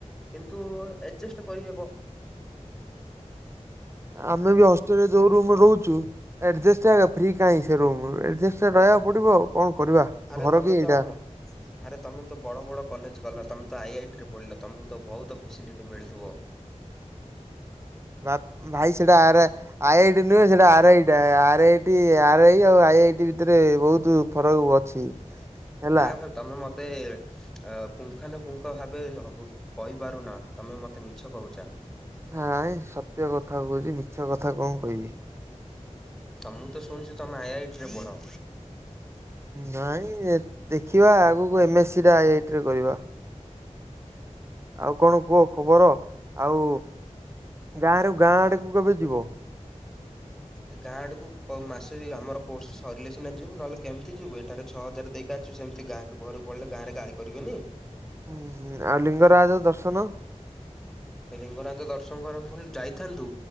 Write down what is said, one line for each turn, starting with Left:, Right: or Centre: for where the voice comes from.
Centre: କିନ୍ତୁ ଆଡଜଷ୍ଟ କରିହେବ।
Right: ଆମେ ବି ଅଷ୍ଟେଲରେ ଯୋଉ ରୁମରେ ରହୁଛୁ। ଆଡ୍ଜେଷ୍ଟ ଭି କାହିଁ ରା ରହିବାକୁ ପଡିବ କଣ କରିବା
Centre: ଆରେ
Right: ଘର
Centre: ତମେ
Right: କି ଏଇଟା।
Centre: ତ ମ ଆରେ ତୁମେ ତ ବଡ଼ ବଡ଼ କଲେଜ ଗଲ ତମେ ତ ଆଇଆଇଟିରେ ପଢ଼ିଲ ତମକୁ ତ ବହୁତ ଫ୍ୟାସିଲିଟି ମିଳୁଥିବ।
Right: ବା ଭାଇ ସେଇଟା ଆର ଆଇ ଆଇ ଟି ନୁହେଁ ସେଇଟା ଆର ଆଇଟା ଆର ଆଇଟି ଆର ଆଇ ଆଉ ଆଇ ଆଇଟି ଭିତରେ ବହୁତ ଫରକକୁ ଅଛି। ହେଲା
Centre: ନାଇଁ ଭାଇ ତମେ ମତେ ଅ ପୁଙ୍ଗାନ ପୁଙ୍ଗ ଭାବେ କହିପାରୁନା ତମେ ମତେ ମିଛ କହୁଛ।
Right: ନାଇଁ ସତ୍ୟ କଥା କହୁଛି ମିଛ କଥା କଣ କହିବି।
Centre: ତ ମୁଁ ତ ଶୁଣିଛୁ ତମେ ଆଇ ଆଇ ଟି ରେ ପଢ।
Right: ନାଇଁ ଦେଖିବା ଆଗକୁ ଏମଏସ୍ ସିଟା ଆଇ ଆଇ ଟିରେ କରିବା। ଆଉ କଣ କୁହ ଖବର। ଆଉ ଗାଁରୁ ଗାଁ ଆଡକୁ କେବେ ଯିବ।
Centre: ଆରେ ଗାଁ ଆଡକୁ ମାସେ ଆମର କୋର୍ ସରିଲେ ସିନା ଯିବୁ ନହେଲେ କେମିତି ଯିବୁ ଏଠାରେ ଛଅ ହଜାର ଦେଇି ଛୁ ସେମିତି ଗାଁକୁ ଘରୁ ପଳେ ଗାଁରେ ଗାଳି କରିବେନି।
Right: ହୁଁ ହୁଁ ଆଉ ଲିଙ୍ଗରାଜ ଦର୍ଶନ।
Centre: ଲିଙ୍ଗରାଜ ଦର୍ଶନ କରି ଯାଇଥାନ୍ତୁ